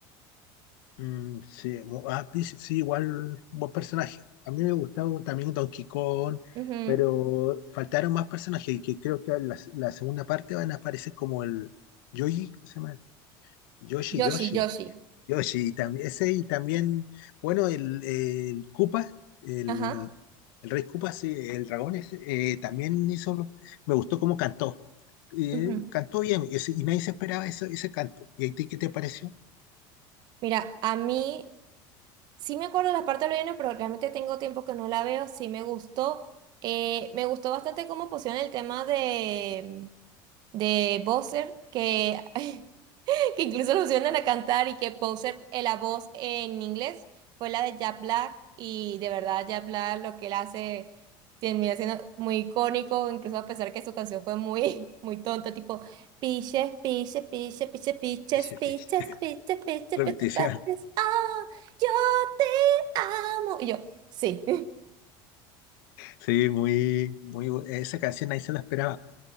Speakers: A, on the left (about 75°); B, on the right (about 40°).
A: Mm, sí, mu- ah, Peach, sí, sí, igual un buen personaje. A mí me gustaba también Donkey Kong,
B: Ujú.
A: pero faltaron más personajes y que creo que la, la segunda parte van a aparecer como el Yoshi, ¿cómo se llama? Yoshi,
B: Yo
A: Yoshi,
B: sí, yo sí.
A: Yoshi, y también, ese y también, bueno, el, el Koopa, el,
B: Ajá.
A: el Rey Koopa, sí, el dragón ese, eh, también hizo, me gustó cómo cantó. Eh,
B: ujú.
A: cantó bien y, ese- y nadie se esperaba ese, ese canto. ¿Y a ti qué te pareció?
B: Mira, a mí sí me acuerdo de las partes del pero realmente tengo tiempo que no la veo. Sí me gustó. Eh, me gustó bastante cómo pusieron el tema de, de Bowser, que <laughs> que incluso lo pusieron a cantar y que Poser, eh, la voz en inglés fue la de Jack Black y de verdad Jack Black lo que él hace termina siendo muy icónico, incluso a pesar que su canción fue muy, <laughs> muy tonta, tipo piches, piches, piches, piches, piches,
A: Ese-
B: piches,
A: ese- <laughs>
B: piches, piches,
A: Repetición.
B: piches, piches, ah, yo te amo. Y yo, sí.
A: Sí, muy, muy, bu- esa canción ahí se la esperaba.